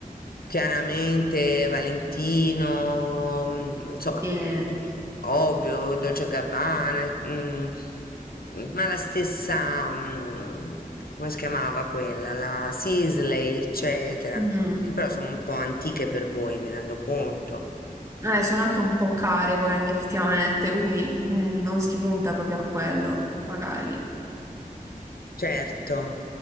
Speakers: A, on the left; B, on the right.
A: Chiaramente Valentino, mm, insomma,
B: Sì.
A: mm, ovvio, Dolce Gabbana, mm, ma la stessa, mm, come si chiamava quella? La Sisley, eccetera
B: Mm.
A: che però sono un po' antiche per voi, mi rendo conto.
B: Eh, sono anche un po' care quelle effettivamente, quindi mm, non si punta proprio a quello, magari.
A: Certo,